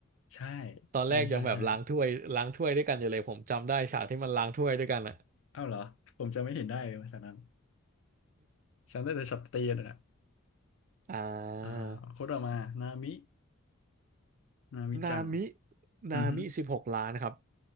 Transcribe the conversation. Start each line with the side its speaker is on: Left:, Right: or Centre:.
Left: ใช่
Right: ตอนแรกยังแบบล้างถ้วยล้างถ้วยด้วยกันอยู่เลยผมจำได้ฉากที่มันล้างถ้วยด้วยกันอ่ะ
Left: ใช่ใช่ใช่เอ้าเหรอผมจำไม่เห็นได้เลยภาฉะนั้นฉันได้แต่ช็อตตีนั่นแหละ
Right: อ่า
Left: อ่าโคตรมานามินามิจัง
Right: นามินามิสิบหกล้านครับ
Left: อือฮึ